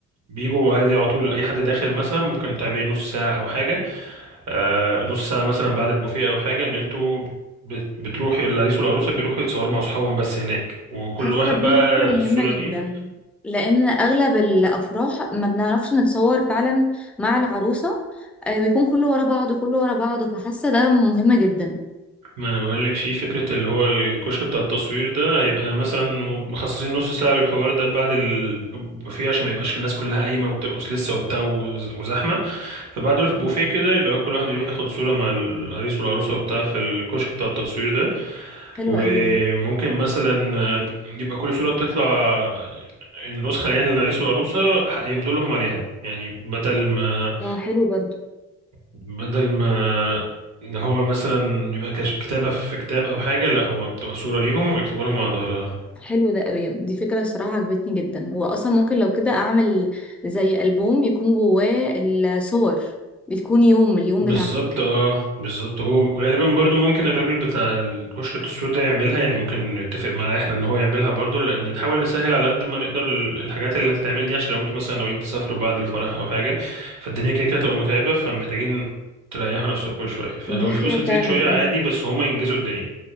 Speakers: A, on the right (about 65°); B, in the centre.
A: بيجوا عادي على طول أي حد داخل مثلا ممكن تعملي نص ساعة أو حاجة آه، نص ساعة مثلا بعد البوفيه أو حاجة إن أنتوا بت- بتروحوا العريس والعروسة بيروحوا يتصوروا مع أصحابهم بس هناك وكل
B: حاسة
A: واحد
B: دي
A: بقى
B: فكرة مهمة
A: الصورة
B: جدا
A: دي
B: لأن أغلب الأفراح ما بنعرفش نتصور فعلا مع العروسة آه، بيكون كله ورا بعضه كله ورا بعضه فحاسة ده مهم جدا
A: ما أنا بقولك شيء فكرة اللي هو الكشك بتاع التصوير ده هيبقى مثلا م- مخصصين نص ساعة للحوار ده بعد البوفيه عشان ما يبقاش الناس كلها قايمة وبترقص لسه وبتاع وز- وزحمة فبعد البوفيه كده يبقى كل واحد يروح ياخد صورة مع العريس والعروسة وبتاع في الكشك بتاع التصوير ده
B: حلو
A: وممكن
B: قوي ده
A: مثلا آه، يبقى كل صورة بتطلع آه، النسخة يعني للعريس والعروسة ح- يمضوا لهم عليها يعني بدل ما
B: اه حلو برضو
A: بدل ما إن هو مثلا يبقى كش- كتابة في كتاب أو حاجة لا هو بتبقى صورة ليهم ويكتبوا لهم على ظهرها
B: حلو ده قوي دي فكرة الصراحة عجبتني جدا وأصلا ممكن لو كده أعمل زي ألبوم يكون جواه الصور بتكون يوم اليوم
A: بالظبط
B: بتاعنا
A: اه بالظبط هو غالبا برضو ممكن الراجل بتاع الكشك التصوير ده يعملها يعني ممكن نتفق معاه احنا ان هو يعملها برضو لان نحاول نسهل على قد ما نقدر ال- الحاجات اللي هتتعمل دي عشان لو انتوا مثلا ناويين تسافروا بعد الفرح او حاجة فالدنيا كده كده تبقى متعبة فمحتاجين تريحوا نفسكم شوية فلو
B: دي
A: الفلوس
B: حاجة
A: هتزيد
B: فعلا
A: شوية عادي
B: آه،
A: بس هما ينجزوا الدنيا